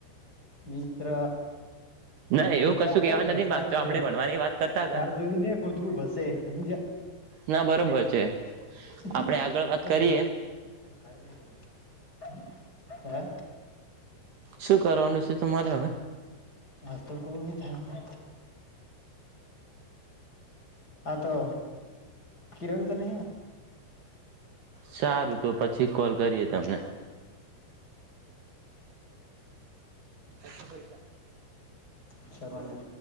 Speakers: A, on the left (about 20°); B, on the right (about 65°).
A: મિસ્િત્ર.
B: ના
A: કૂતરા
B: એવું કશું
A: તો
B: કહેવા
A: ભસ્યા
B: નથી માંગતો
A: ખરે
B: આપણે ભણવાની વાત કરતા હતા
A: ઘર જોઈ ને કૂતરું ભસે સમજ.
B: ના બરોબર છે.
A: ઘરે
B: આપણે આગળ વાત કરીએ
A: જ હ.
B: શું કરવાનું છે તમારે હવે.
A: આત કો થને હ તો. કિરણ તો ન.
B: સારું તો પછી કોલ કરીએ તમને. અ પૈસા.
A: શરવાણ.